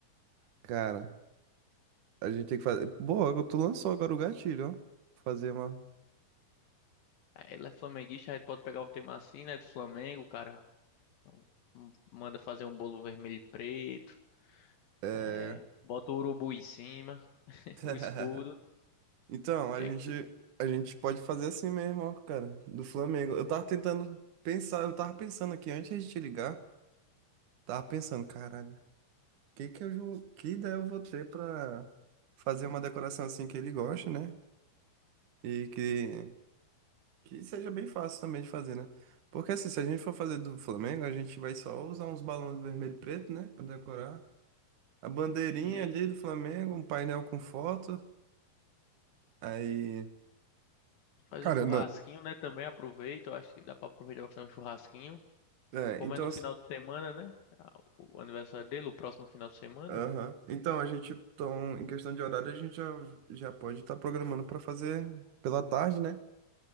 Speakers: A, on the right; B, on the left.
A: Cara, a gente tem que fazer. Boa, tu lançou agora o gatilho, ó. Fazer uma.
B: é, ele é flamenguista, a gente pode pegar um tema assim, né, de Flamengo, cara. Então, m- Manda fazer um bolo vermelho e preto,
A: É.
B: é, bota o urubu em cima, <laughs>
A: <laughs>
B: o escudo,
A: Então, a
B: que
A: gente,
B: é que tu-
A: a gente pode fazer assim mesmo, ó, cara, do Flamengo. Eu tava tentando pensar, eu tava pensando aqui antes de te ligar, tava pensando, caralho, que que eu, vou- que ideia eu vou ter pra fazer uma decoração assim que ele goste, né? E que, que seja bem fácil também de fazer, né? Porque assim, se a gente for fazer do Flamengo, a gente vai só usar uns balões vermelho e preto, né, pra decorar. A bandeirinha
B: e
A: ali do Flamengo, um painel com foto, aí...
B: faz
A: Cara,
B: um churrasquinho, né, também aproveita, eu acho que dá pra aproveitar pra fazer um churrasquinho.
A: É,
B: Como
A: então,
B: é no
A: assim,
B: final de semana, né, a- o aniversário dele, o próximo final de semana.
A: aham. Então, a gente, então, em questão de horário, a gente já, já pode estar programando para fazer pela tarde, né?